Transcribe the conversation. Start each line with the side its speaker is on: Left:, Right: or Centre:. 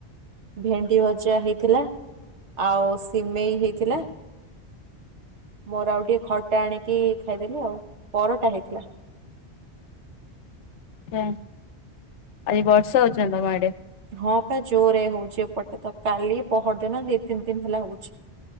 Right: ଭେଣ୍ଡି ଭଜା ହେଇଥିଲା ଆଉ ସିମେଇ ହେଇଥିଲା। ମୋର ଆଉ ଟିକେ ଖଟା ଆଣିକି ଖାଇଦେଲି ଆଉ, ପରଟା ହେଇଥିଲା।
Left: ଏଁ, ଆଜି ବର୍ଷା ହଉଚି ନା ତମ ଆଡ଼େ?
Right: ହଁ ପା ଜୋରରେ ହଉଛି ଏପଟେ, ତ କାଲି ପହରଦିନ ଦି ତିନି ଦିନ ହେଲା ହଉଛି।